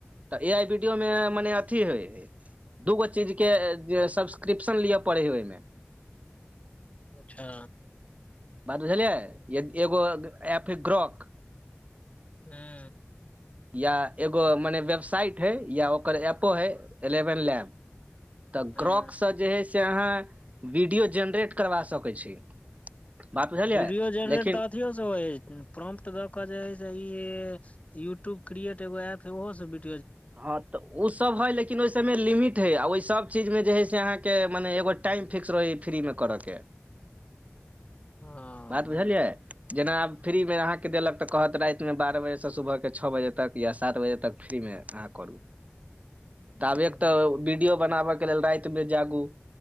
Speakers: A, on the right; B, on the left.
A: तऽ ए आई बीडीयोमे मने अथी हइ दू गो चीजके जे सब्सक्रिप्शन लऽ पड़ै हइ, ओहिमे।
B: अच्छा
A: बात बुझियै, एगो ऐप ग्राक।
B: हँ
A: या एगो मने वेबसाइट हइ या ओकर एपो हइ एलेवन लैब तऽ
B: हूं
A: ग्रॉकसँ जे हइ से अहाँ वीडियो जेनरेट करबा सकै छी बात बुझलियै
B: रेडियो जनरेट
A: लेकिन
B: तऽ अथियो से होइ हइ प्रॉम्प्ट दऽ जेहै से ई यूट्यूब क्रिएट एगो एप हइ ओहु से बिड
A: हँ तऽ ओ सब हइ लेकिन ओहि सबमे लिमिट हइ आ ओहि सभ चीजमे जे हइ से अहाँके मने एगो टाइम फिक्स रहै है फ्रीमे करऽ के
B: हँ
A: बात
B: हूं
A: बुझलियै जेना आब फ्रीमे अहाँके देलक तऽ कहत रातिमे बारह बजेसँ सुबहके छओ बजे तक या सात बजे तक फ्रीमे अहँ करू तब
B: हूं
A: एक तऽ वीडियो बनाबयके लेल रातिमे जागू